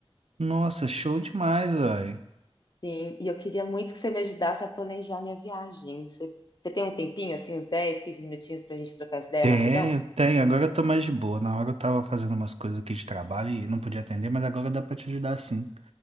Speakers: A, on the right; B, on the left.
A: nossa, show demais, velho.
B: Sim, e eu queria muito que você me ajudasse a planejar minha viagem. Você, você tem um tempinho, assim, uns 10, 15 minutinhos para a gente trocar essa ideia
A: Tenho,
B: rapidão?
A: tenho. Agora eu tô mais de boa. Na hora eu tava fazendo umas coisas aqui de trabalho e não podia atender, mas agora dá pra te ajudar sim.